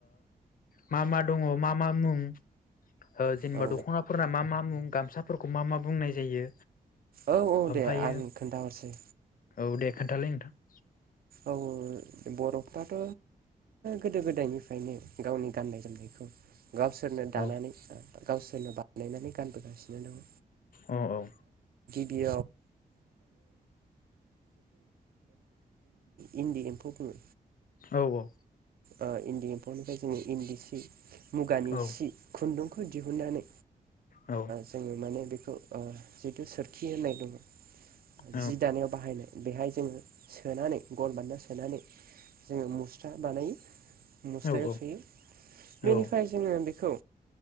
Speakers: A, on the left (about 65°); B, on the right (about 75°).
A: मा मा दङ मा मा मुं- जेनेबा
B: औ
A: दख'नाफोरना मा मा मुं गाम- गामसाफोरखौ मा मा बुंनाय जायो?
B: औ औ
A: ओमफ्रायो
B: दे आं खोन्थाहरसै
A: औ दे खोन्थालै नोंथां <inaudible>
B: औ बर'फ्राथ' गोदो गोदायनिफ्रायनो गावनि गाननाय जोमनायखौ। गावसोरनो
A: औ
B: दानानै गावसोरनो बानायनानै गानबोगासिनो दङ
A: औ औ
B: <inaudible> इन्दि इन्दि एम्फौ बुङो
A: औ औ
B: ओ इन्दि एम्फौनिफ्राय जोंनो इन्दि सि मुगानि
A: औ
B: सि खुन्दुंखौ दिहुननानै
A: औ
B: जोङो माने बे <inaudible>
A: औ
B: जि दानायाव बाहायनाय बेहाय जोङो सोनानै गन बानायना सोनानै जोङो मुस्रा बानायो मुस्रायाव
A: औ
B: सोयो
A: ओ
B: बेनिफ्राय जोङो बेखौ